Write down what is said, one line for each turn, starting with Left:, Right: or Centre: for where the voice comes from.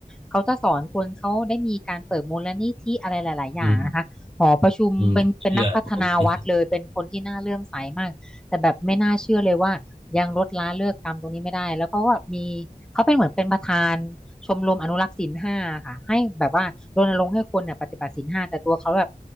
Centre: เขาจะสอนคนเขาได้มีการเปิดมูลนิธิอะไรหลายๆอย่างนะคะหอประชุมเป็นเป็นนักพัฒนาวัดเลยเป็นคนที่น่าเลื่อมใสมาก
Right: อืมอืมผมเชื่อผมเชื่อ
Centre: แต่แบบไม่น่าเชื่อเลยว่ายังลดละเลิกกรรมตรงนี้ไม่ได้แล้วเขาก็มีเขาเป็นเหมือนเป็นประธานชมรมอนุรักษ์ศีลห้าค่ะให้แบบว่ารณรงค์ให้คนเนี่ยปฏิบัติศีลห้าแต่ตัวเขาแบบ